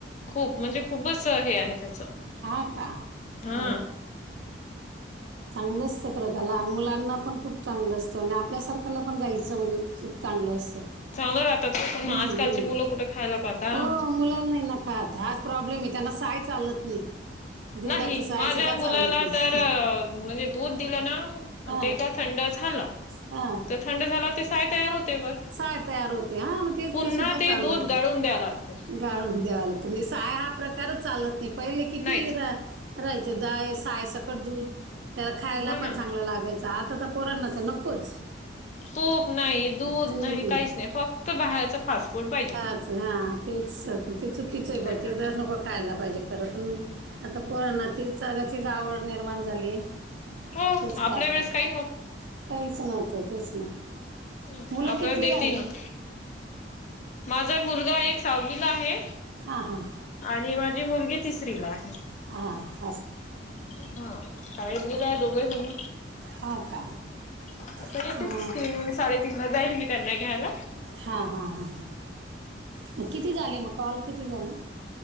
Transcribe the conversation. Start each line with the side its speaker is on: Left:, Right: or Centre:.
Left: खूप म्हणजे खूपच हे आहे त्याच
Right: हा का
Left: हा
Right: अरे वा चांगलं असतं क का लहान मुलांना पण खूप चांगलं असतं आणि आपल्यासारखं ला पण गायचं म्हणजे खूप चांगलं असतं
Left: चांगलं राहतात पण
Right: हम्म
Left: आजकालची मुलं कुठे खायला पाहतात.
Right: हो मुलांनाही खात हाच प्रॉब्लेम आहे त्यांना साय चालत नाही दुधाची
Left: नाही
Right: सहा
Left: माझ्या
Right: सुद्धा
Left: मुलाला
Right: चालत नाही
Left: तर म्हणजे दूध दिलं ना
Right: हा
Left: ते का थंड झालं
Right: हा
Left: तर थंड झाला ते साय तयार होते बर
Right: साय तयार होते हा मग तेच
Left: पुन्हा
Right: सुद्धा चालत
Left: ते दूध गाळून
Right: नाही
Left: द्याव लागते.
Right: गाळून द्यावा लागतो म्हणजे साय हा प्रकारच चालत नाही पहिले किती
Left: नाहीच
Right: हि राहायचं दय सायसकट दूध त्याला खायला
Left: हो
Right: पण
Left: ना
Right: चांगलं लागायचं आता तर पोरनाच नकोच
Left: तूप नाही दूध
Right: खूप नाही
Left: काहीच फक्त बाहेरच फास्ट फूड पाहिजे
Right: खायाच हा तेच पण तेच <unintelligible>
Left: त्यांना
Right: नको खायला पाहिजे खरं पण आता पोरना <unintelligible> आवड निर्माण झाली
Left: हो
Right: तेच
Left: आपल्या
Right: खातात
Left: वेळेस काही
Right: काहीच नात तेच ना
Left: हा
Right: मुलं
Left: आपल्याला
Right: कितवीला
Left: देतेही
Right: मी
Left: नव्हतं माझा मुलगा एक साहावीला आहे
Right: हां हां
Left: आणि माझी मुलगी तिसरीला आहे.
Right: हा
Left: हा शाळेत गेले आहे दोघेजण.
Right: हां का
Left: आता
Right: हां
Left: येतील तीन साडेतीन ला जाईल मी त्यांना घ्यायला.
Right: हा हा हा म किती झाले मग कॉल किती झाले?